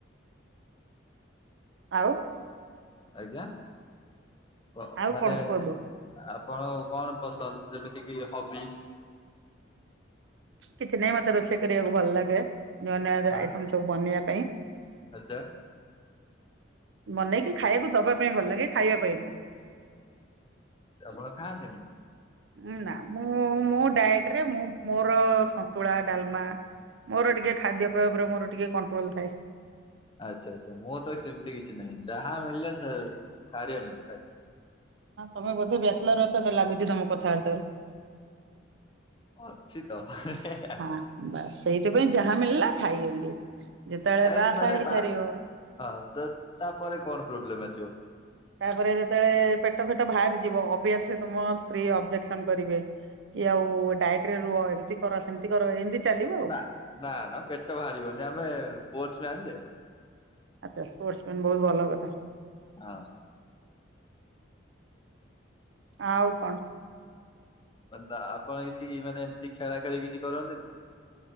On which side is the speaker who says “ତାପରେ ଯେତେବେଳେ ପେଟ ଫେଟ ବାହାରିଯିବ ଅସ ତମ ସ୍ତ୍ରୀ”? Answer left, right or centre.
Right